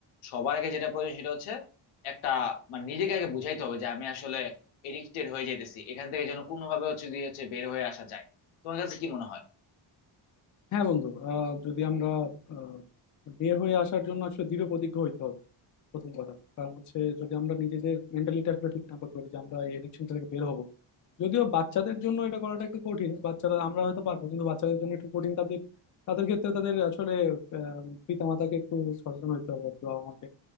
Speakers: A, on the left (about 85°); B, on the left (about 40°).
A: সবার আগে যেটা প্রয়োজন সেটা হচ্ছে একটা মানে নিজেকে আগে বুঝাইতে হবে যে আমি আসলে এডিক্টেড হয়ে যাইতেছি এখান থেকে যেন কোনোভাবে হচ্ছে দিয়ে হচ্ছে বের হয়ে আসা যায় তোমার কাছে কি মনে হয়
B: হ্যাঁ বন্ধু আহ, যদি আমরা আহ, বের হয়ে আসার জন্য আসলে দৃঢ় প্রতিজ্ঞ হইতে হবে প্রথম কথা কারণ হচ্ছে যদি আমরা নিজেদের মেন্টালিটি আসলে ঠিক না করতে পারি যে আমরা এই এডিকশন থেকে বের হব যদিও বাচ্চাদের জন্য এটা করাটা একটু কঠিন বাচ্চারা আমরা হয়তো পারবো কিন্তু বাচ্চাদের জন্য একটু কঠিন তাদের তাদের ক্ষেত্রে তাদের আসলে আহ, পিতামাতাকে একটু সচেতন হতে হবে আর কি, বাবা মাকে